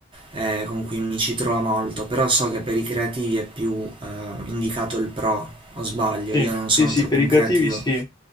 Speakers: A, on the right; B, on the left.
A: eh, con cui mi ci trovo molto, però so che per i creativi è più eh, indicato il Pro, o sbaglio,
B: Sì,
A: io non
B: sì,
A: sono
B: sì,
A: troppo
B: per
A: un
B: i
A: creativo.
B: creativi sì.